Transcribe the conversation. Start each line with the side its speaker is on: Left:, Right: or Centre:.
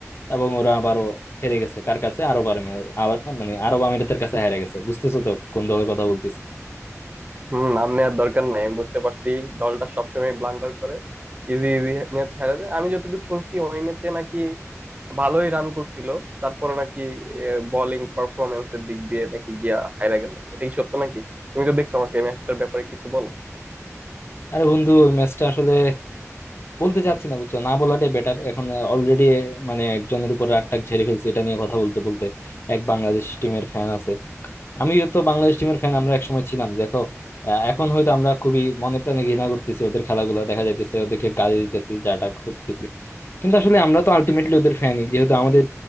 Left: এবং ওরা আবারও হেরে গেছে কার কাছে আরব আমিরাত আবার মানে আরব আমিরাতের কাছে হেরে গেছে বুঝতেছো তো কোন দলের কথা বলতেছি
Right: হম নাম নেওয়ার দরকার নাই আমি বুঝতে পারছি দলটা সবসময় ব্লান্ডার করে ইজি ইজি ম্যাচ হারা যায় আমি যতটুকু শুনছি ওই ম্যাচে নাকি ভালোই রান করছিল তারপরে নাকি বোলিং পারফরমেন্স এর দিক দিয়ে নাকি গিয়া হাইরা গেল এটা কি সত্য নাকি তুমি তো দেখছো আমাকে ম্যাচটার ব্যাপারে কিছু বলো
Left: আরে বন্ধু ওই ম্যাচটা আসলে বলতে চাচ্ছি না বুঝছো না বলাটাই বেটার এখন অলরেডি মানে একজনের উপর রাগ টাগ ঝেড়ে ফেলছে এটা নিয়ে কথা বলতে বলতে এক বাংলাদেশ টিমের ফ্যান আছে আমিও তো বাংলাদেশ টিমের ফ্যান আমরা একসময় ছিলাম দেখো আহ, এখন হয়তো আমরা খুবই মনে প্রাণে ঘৃণা করতেছি ওদের খেলাগুলো দেখা যাইতেছে ওদেরকে গালি দিতেছি যাটা করতেছি কিন্তু আসলে আমরা তো আলটিমেটলি ওদের ফ্যানই যেহেতু আমাদের